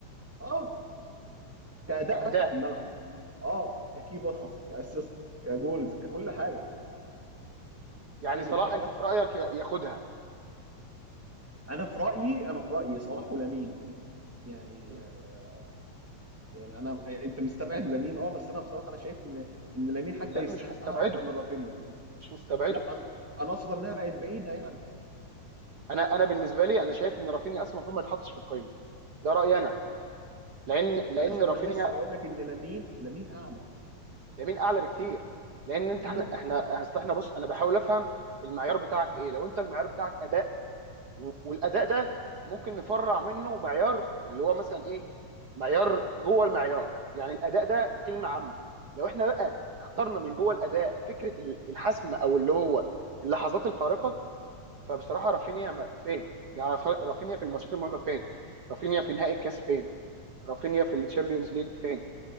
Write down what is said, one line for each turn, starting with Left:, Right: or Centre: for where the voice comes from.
Centre: اه كأداء
Right: كاداء
Centre: حتى في الملعب اه ككي باسز
Right: اه
Centre: كاسيست كجولز ككل حاجه
Right: يعني
Centre: فاهم
Right: صلاح
Centre: الفكره
Right: انت في رايك ي- ياخدها
Centre: انا في رايي انا في رايي صلاح ولامين يعني
Right: مم.
Centre: آه، يعني انا انت مستبعد لامين اه بس انا بصراحه انا شايف ان ان لامين حتى
Right: لا
Centre: يستحقها
Right: مش مستبعده
Centre: اكتر من رافينيا
Right: مش مستبعده
Centre: لا انا انا اقصد انها بقت بعيده يعني
Right: انا انا بالنسبه لي انا شايف ان رافينيا اصلا المفروض ما يتحطش في القائمه ده رايي انا لان لان
Centre: انا شايف
Right: رافينيا
Centre: ما انا لسه بقول لك ان لامين لامين اعلى
Right: لامين اعلى بكتير لان انت احنا
Centre: مم.
Right: احنا اصل احنا بص انا بحاول افهم المعيار بتاعك ايه لو انت المعيار بتاعك اداء و- والاداء ده ممكن نفرع منه معيار اللي هو مثلا ايه معيار جوه المعيار يعني الاداء ده كلمه عامه لو احنا بقى اخترنا من جوه الاداء فكره ال- الحسم او اللي هو اللحظات الفارقه فبصراحه رافينيا ما- فين يعني ف- رافينيا في الماتشات المهمه فين رافينيا في نهائي الكاس فين رافينيا في الشامبيونز
Centre: بص
Right: ليج فين